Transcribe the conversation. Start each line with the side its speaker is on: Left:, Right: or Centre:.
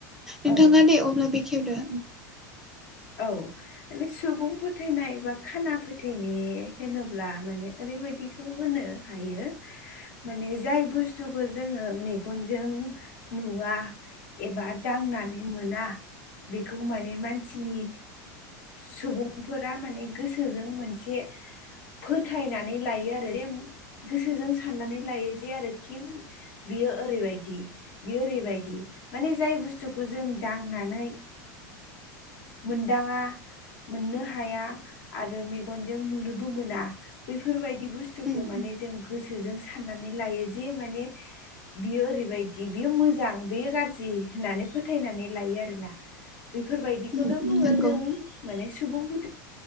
Centre: नोंथाङा
Left: औ
Centre: दे अब्ला बेखेवदो।
Left: औ माने सुबुं फोथायनाय बा खाना फोथानाय होनोब्ला माने ओरैबायदिखौ होनो हायो माने जाय बुस्थुखौ जोङो मेगनजों नुवा एबा दांनानै मोना बेखौ माने मानसिनि सुबुंफोरा माने गोसोजों मोनसे फोथायनानै लायो आरो जे गोसोजों साननानै लायो जे आरो खि बियो ओरैबायदि बियो ओरैबायदि माने जाय बुस्थुखौ जों दांनानै मोनदाङा मोननो हाया आरो मेगनजों नुनोबो मोना बैफोरबायदि बुस थुखौ
Centre: उम
Left: माने
Centre: उम
Left: जों गोसोजों साननानै लायो जे माने बियो ओरैबायदि बियो मोजां बेयो गाज्रि होननानै फोथायनानै लायो आरोना। बेफोरबायदिखौनो
Centre: उम उम
Left: बुङो
Centre: नंगौ
Left: जों माने सुबुं फो